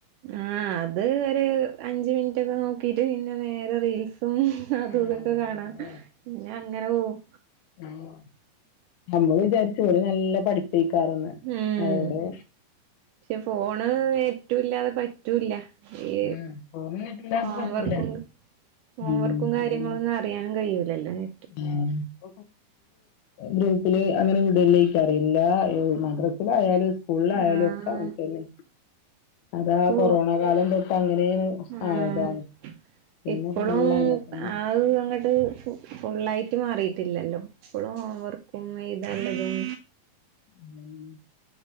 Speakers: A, on the right; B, on the left.
A: ആഹ് അതൊരു അഞ്ച് മിൻറ്റൊക്കെ നോക്കീട്ട് പിന്നെ നേരെ റീൽസും അതും
B: ആഹ്
A: ഇതൊക്കെ കാണാ
B: അതാണേ
A: പിന്നെ അങ്ങനെ പോവും
B: ആഹ് ഞമ്മള് വിചാരിച്ചും ഓല് നല്ല പഠി പ്പേക്കാരന്ന്
A: ഉം
B: എവടേ
A: പക്ഷെ ഫോണ് നെറ്റുല്ലാതെ പറ്റൂല്ല ഈ
B: ഉം ഫോണ് കിട്ടൂല അപ്പൊ
A: ഹോംവർക്കും
B: പറ്റൂല
A: ഹോംവർക്കും
B: ഉം
A: കാര്യങ്ങളൊന്നും
B: അതന്നെ
A: അറിയാനും കഴിയൂല്ലല്ലോ നെ
B: <unintelligible> <unintelligible> ഗ്രൂപ്പില് അങ്ങനെ വിടല്ലേക്കാരം ഇല്ലാ ഈ മദ്രസില് ആയാലും സ് സ്കൂള് ആയാലും
A: ആഹ്
B: ഒക്കെ അങ്ങൻതന്നെ അതാ
A: കോ
B: കൊറോണ കാലം തൊട്ട് അങ്ങനേണ്
A: ആഹ്
B: ആയതാണ് പിന്നെ
A: ഇപ്പളും
B: ഫുള്ള് അയ്മെ തന്നെ
A: ആഹ് അങ്ങ ട്ട് ഫുള്ളായിട്ട് മാറിട്ടില്ലല്ലോ ഇപ്പളും ഹോംവർക്കും എഴുതാള്ളതും
B: ഉം